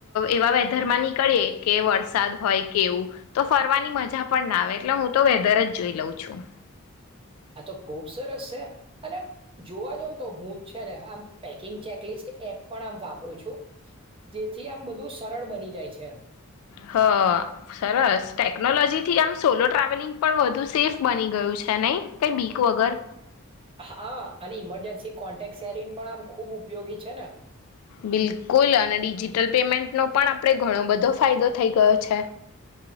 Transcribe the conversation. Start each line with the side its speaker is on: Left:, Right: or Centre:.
Left: એવા વેદરમાં નીકળીએ કે વરસાદ હોય કેવું તો ફરવાની મજા પણ ના આવે એટલે હું તો વેદર જ જોઈ લઉ છું
Right: આ તો ખુબ સરસ છે અને જોવા જ ને તો હું છે ને આમ પેકિંગ ચેકલિસ્ટ એપ પણ આમ વાપરું છું જેથી આમ બધું સરળ બની જાય છે
Left: હ સરસ ટેકનોલોજી થી આમ સોલો ટ્રાવેલિંગ પણ વધુ સેફ બની ગયું છે નહી કઈ બીક વગર
Right: હા અને ઈમરજન્સી કોન્ટેક સેરીિન પણ આમ ખુબ ઉપયોગી છે નેમ
Left: બિલકુલ અને ડિજિટલ પેમેન્ટનો પણ આપણે ઘણો બધો ફાયદો થઈ ગયો છે